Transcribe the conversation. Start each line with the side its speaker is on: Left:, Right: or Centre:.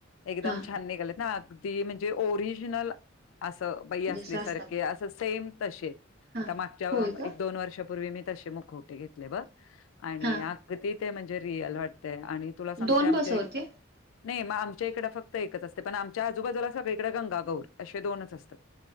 Left: एकदम
Right: हा
Left: छान निघालेत ना अगदी म्हणजे ओरिजिनल असं बाई असल्यासारखे
Right: जसं असतात
Left: असं सेम तसे
Right: हा
Left: आता मागच्या
Right: होय का
Left: एक दोन वर्षापूर्वी मी तसे मुखवटे घेतले बघ आणि
Right: हा
Left: अगदी ते म्हणजे रियल वाटते आणि तुला सांगते
Right: दोन
Left: आमच्या
Right: बस होते
Left: एक नाही मग आमच्या इकडं फक्त एकच असते पण आमच्या आजूबाजूला सगळीकडे गंगागौर असे दोनच असतात